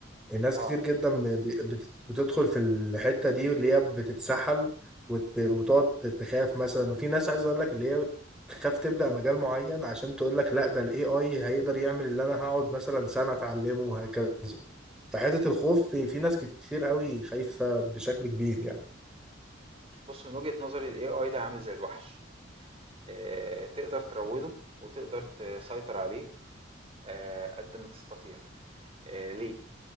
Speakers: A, in the centre; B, on the right (about 30°).
A: الناس
B: اه
A: كتير جدا ب- بت- بتدخل في الحتة دي اللي هي بتتسحل وت- وتقعد تخاف مثلا وفي ناس عايز اقول لك اللي هي تخاف تبدأ مجال معين عشان تقول لك لا ده الاي اي هيقدر يعمل اللي انا هقعد مثلا سنة اتعلمه وهكذا فحتة الخوف في, في ناس كتير قوي خايفة بشكل كبير يعني
B: بص من وجهة نظري الاي اي ده عامل زي الوحش آه، تقدر تروده وتقدر تسيطر عليه آه، قد ما تستطيع آه، ليه